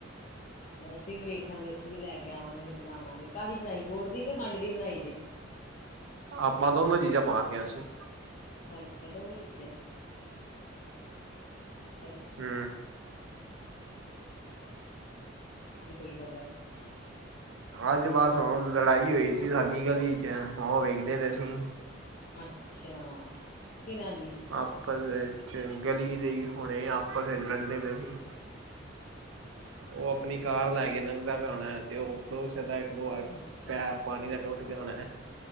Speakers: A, on the left; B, on the right.
A: ਚਲੋ ਅਸੀ ਵੀ ਵੇਖਾਂਗੇ। ਅਸੀਂ ਵੀ ਲੈ ਕੇ ਆਵਾਂਗੇ, ਫਿਰ ਬਣਾਵਾਂਗੇ ਕਾਹਦੀ ਬਣਾਈ ਗੋੜ ਦੀ ਕੇ ਖੰਡ ਦੀ ਬਣਾਈ ਜੇ?
B: ਆਪਾਂ ਦੋਨਾਂ ਚੀਜ਼ਾਂ ਪਾ ਤੀਆਂ ਸੀ।
A: ਅੱਛਾ ਦੋਵੇਂ ਦੀ ਚਲੋ
B: ਹੂੰ
A: ਅੱਗੇ ਕੋਈ ਖ਼ਬਰ?
B: ਅੱਜ, ਬਸ ਉਹ ਲੜਾਈ ਹੋਈ ਸੀ ਸਾਡੀ ਗਲੀ'ਚ ਉਹ ਵੇਖਦੇ ਪਏ ਸੀ।
A: ਅੱਛਾ, ਕਿਨਾਂ ਦੀ?
B: ਆਪਸ ਵਿੱਚ, ਗਲੀ ਦੇ ਹੀ ਹੋਣੇ ਆਪਸ ਵਿੱਚ ਲੜਦੇ ਪਏ ਸੀ। ਉਹ ਆਪਣੀ ਕਾਰ ਲੈ ਕੇ ਲੰਘਦਾ ਪਿਆ ਹੋਣਾ, ਤੇ ਉਹ ਪੜੋਸ ਦੋ ਵਾਰ,
A: ਅੱਛਾ
B: ਪੈਪ ਪਾਣੀ ਦਾ ਟੁੱਟ ਗਿਆ ਹੋਣਾ